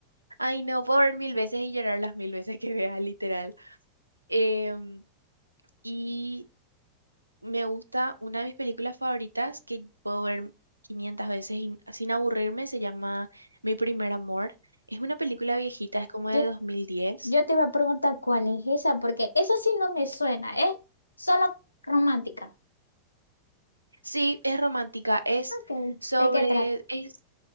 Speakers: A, on the right; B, on the left.
A: Ay, no, puedo ver mil veces y llorar las mil veces que vea, literal. Em, Y me gusta una de mis películas favoritas que puedo ver 500 veces y- sin aburrirme, se llama Mi primer amor. Es una película viejita, es como de
B: Yo,
A: dos mil diez
B: yo te iba a preguntar cuál es esa, porque eso sí no me suena. Es solo romántica.
A: Sí, es romántica, es
B: Ok,
A: sobre,
B: ¿de qué trata?
A: es,